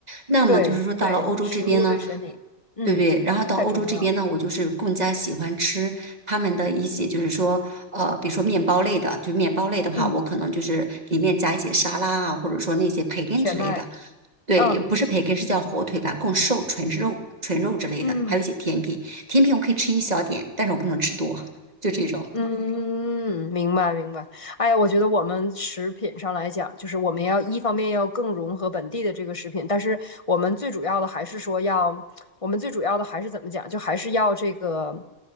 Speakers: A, on the right; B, on the left.
A: 那么就是说到了欧洲这边呢，
B: 对对，食物对身体，嗯，
A: 对不对？然后到欧洲这边呢，
B: 太重要了。
A: 我就是更加喜欢吃他们的一些，就是说，呃，比如说面包类的，就面包类的话，
B: 嗯，
A: 我可能就是里面加一些沙拉啊，或者说那些培根之类的。
B: 全麦，
A: 对，
B: 嗯
A: 不是培根，是叫火腿吧，更瘦，纯肉、纯肉之类的，
B: 嗯。
A: 还有一些甜品。甜品我可以吃一小点，但是我不能吃多，就这种。
B: 嗯，明白明白。哎呀，我觉得我们食品上来讲，就是我们要一方面要更融合本地的这个食品，但是我们最主要的还是说要，我们最主要的还是怎么讲，就还是要这个，